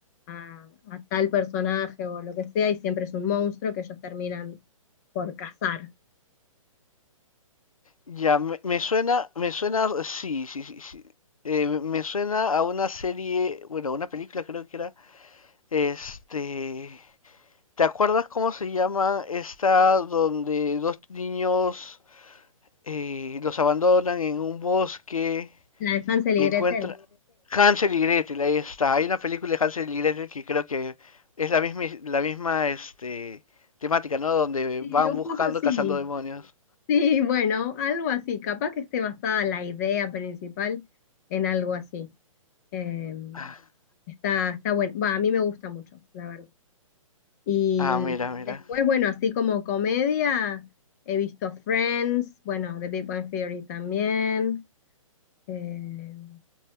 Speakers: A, on the left; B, on the left.
A: a, a tal personaje o lo que sea, y siempre es un monstruo que ellos terminan por cazar.
B: Ya, me, me suena, me suena, sí, sí, sí, sí. Eh, me me suena a una serie, bueno, una película creo que era, este, ¿te acuerdas cómo se llama esta donde dos niños eh, los abandonan en un bosque
A: La de Hansel
B: y
A: y Gretel.
B: encuentran Hansel y Gretel, ahí está. Hay una película de Hansel y Gretel que creo que es la misma, la misma este, temática, ¿no? Donde
A: Sí,
B: van
A: un
B: buscando,
A: poco sí.
B: cazando demonios.
A: Sí, bueno, algo así. Capaz que esté basada la idea principal en algo así. Eh,
B: Ah,
A: está, está bueno. Va, a mí me gusta mucho, la verdad. Y
B: ah,
A: mm,
B: mira, mira.
A: después, bueno, así como comedia, he visto Friends, bueno, The Big Bang Theory también. Eh,